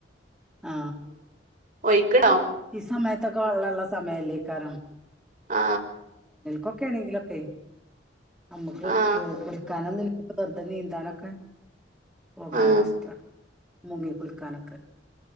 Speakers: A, in the centre; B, on the right.
A: ആ
B: ഒയിക്ക്ണോ?
A: ഈ സമയത്തൊക്കെ വെള്ളള്ള സമയല്ലേക്കാരം.
B: ആ
A: കൊക്കെ ണെങ്കിലൊക്കെ അമ്മക്ക്
B: ആ
A: കുളിക്കാനും തി വെർതെ നീന്താനൊക്കെ? പോകാനൊ
B: ആ
A: കെഷ്ടാണ് മുങ്ങി കുളിക്കാനൊക്കെ.